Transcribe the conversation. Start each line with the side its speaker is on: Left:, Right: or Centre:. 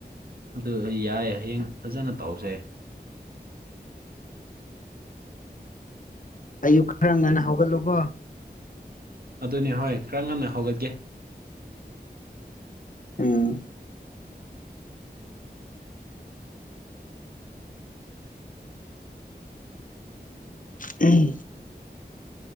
Right: ꯑꯗꯨ ꯌꯥꯏ ꯍꯌꯦꯡ ꯐꯖꯅ ꯇꯧꯖꯦ
Left: ꯑꯌꯨꯛ ꯈꯔ ꯉꯟꯅ ꯍꯧꯒꯠꯂꯨꯕꯣ
Right: ꯑꯗꯨꯅꯤ ꯍꯣꯏ ꯈꯔ ꯉꯟꯅ ꯍꯧꯒꯠꯀꯦ
Left: ꯎꯝ ꯎꯝ